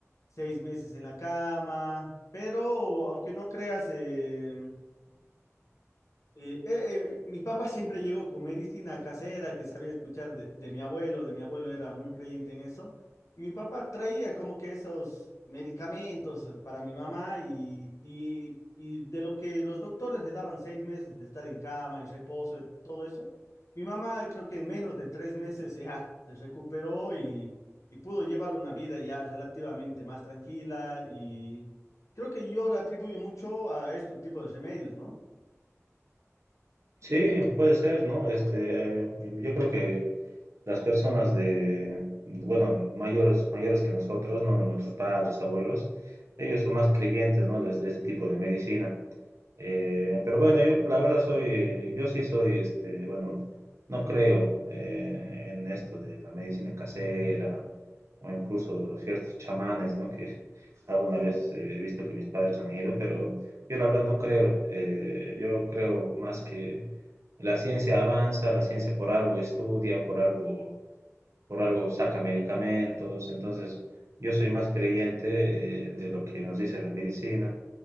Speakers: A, on the left (about 70°); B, on the right (about 60°).
A: seis meses en la cama, pero aunque no creas, eh, eh, eh, eh, mi papá siempre llegó con medicina casera que sabía escuchar de, de mi abuelo, de mi abuelo era muy creyente en eso. Mi papá traía como que esos medicamentos eh, para mi mamá y, y, y de lo que los doctores le daban seis meses de estar en cama, en reposo, eh, todo eso, mi mamá creo que en menos de tres meses ya <laughs> se recuperó y, y pudo llevar una vida ya relativamente más tranquila y creo que yo le atribuyo mucho a estos tipos de remedios, ¿no?
B: Sí, puede ser, ¿no? Este, yo creo que las personas de, bueno, mayores, mayores que nosotros, ¿no? Nuestros padres, abuelos, ellos son más creyentes, ¿no? De, de este tipo de medicina. Eh, pero bueno, yo la verdad soy, yo sí soy, este, bueno, no creo eh, en esto de la medicina casera o incluso ciertos chamanes, ¿no? Que alguna vez eh, he visto que mis padres han ido, pero yo la verdad no creo. Eh, yo creo más que la ciencia avanza, la ciencia por algo estudia, por algo, por algo saca medicamentos. Entonces, yo soy más creyente eh, de lo que nos dice la medicina